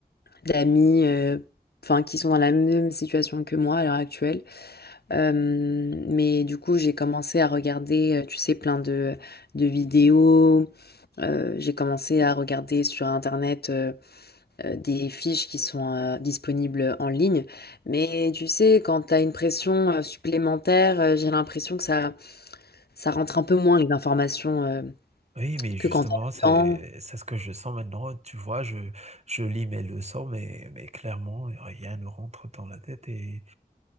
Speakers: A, on the left (about 80°); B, on the right (about 45°).
A: d'amis euh, enfin qui sont dans la même situation que moi à l'heure actuelle. Euh, mais du coup, j'ai commencé à regarder, euh, tu sais, plein de, de vidéos. Euh, j'ai commencé à regarder sur Internet euh, euh, des fiches qui sont euh, disponibles en ligne. Mais tu sais, quand tu as une pression euh, supplémentaire, euh, j'ai l'impression que ça, ça rentre un peu moins les informations euh,
B: Oui, mais justement,
A: que quand tu as
B: c'est,
A: le temps.
B: c'est ce que je sens maintenant. Tu vois, je, je lis mes leçons, mais, mais clairement, rien ne rentre dans la tête. Et